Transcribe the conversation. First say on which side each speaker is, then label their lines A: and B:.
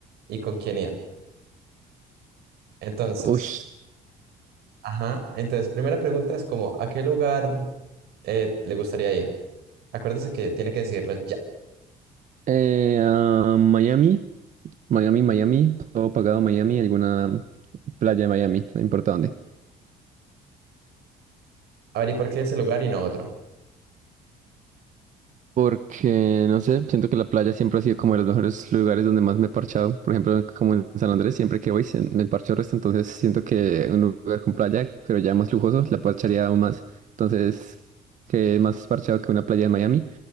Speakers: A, on the right; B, on the right.
A: y con quién ir. Entonces,
B: Uy.
A: ajá, entonces, primera pregunta es como, ¿a qué lugar eh, le gustaría ir? Acuérdese que tiene que decidirlo ya.
B: Eh, ah, Miami, Miami, Miami, todo pagado Miami, alguna playa de Miami, no importa dónde.
A: A ver, ¿y por qué ese lugar y no otro?
B: Porque, no sé, siento que la playa siempre ha sido como de los mejores lugares donde más me he parchado. Por ejemplo, como en San Andrés, siempre que voy se- me parcho el resto. Entonces siento que un lugar con playa, pero ya más lujoso, la parcharía aún más. Entonces, que más parchado que una playa de Miami.